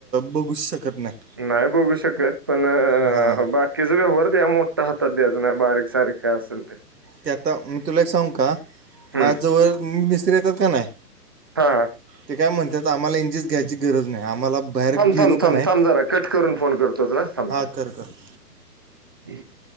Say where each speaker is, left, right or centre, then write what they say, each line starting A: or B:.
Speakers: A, on the right (about 85°); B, on the right (about 15°).
A: बघू शकत नाही.
B: नाय बघू शकत, पण
A: हां
B: बा तेज व्यवहार त्याला मोठा हातात द्याच नाय, बारीक सारीक काय असल ते.
A: ते आता मी तुला एक सांगू का?
B: हम्म
A: माझ्याजवळ म मिस्त्री येतात कनाय.
B: हा.
A: ते काय म्हणतात आम्हाला इंजीच घ्यायची गरज नाही, आम्हाला बाहेर
B: थांब
A: गेलो
B: थांब थांब,
A: का नाही
B: थांब जरा कट करून फोन करतो तुला. थांब
A: हा,
B: थांब
A: कर कर.
B: <unintelligible>